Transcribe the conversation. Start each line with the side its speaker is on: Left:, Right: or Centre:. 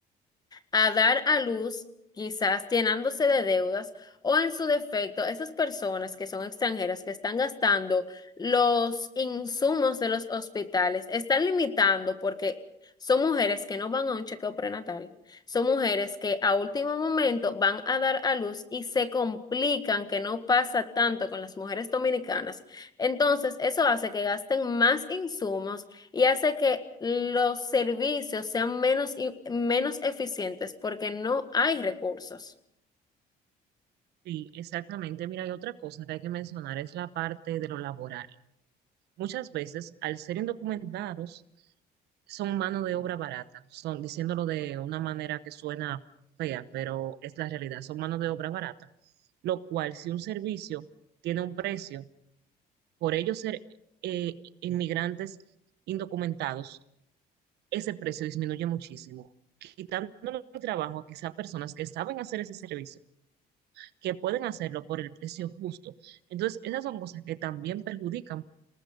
Left: a dar a luz, quizás llenándose de deudas, o en su defecto, esas personas que son extranjeras, que están gastando los insumos de los hospitales, están limitando porque son mujeres que no van a un chequeo prenatal, son mujeres que a último momento van a dar a luz y se complican, que no pasa tanto con las mujeres dominicanas. Entonces, eso hace que gasten más insumos y hace que los servicios sean menos, i- menos eficientes porque no hay recursos.
Right: Sí, exactamente. Mira, hay otra cosa que hay que mencionar, es la parte de lo laboral. Muchas veces, al ser indocumentados, son mano de obra barata, son diciéndolo de una manera que suena fea, pero es la realidad, son mano de obra barata, lo cual si un servicio tiene un precio por ellos ser eh, inmigrantes indocumentados, ese precio disminuye muchísimo, quitándole el trabajo a quizá personas que saben hacer ese servicio, que pueden hacerlo por el precio justo. Entonces, esas son cosas que también perjudican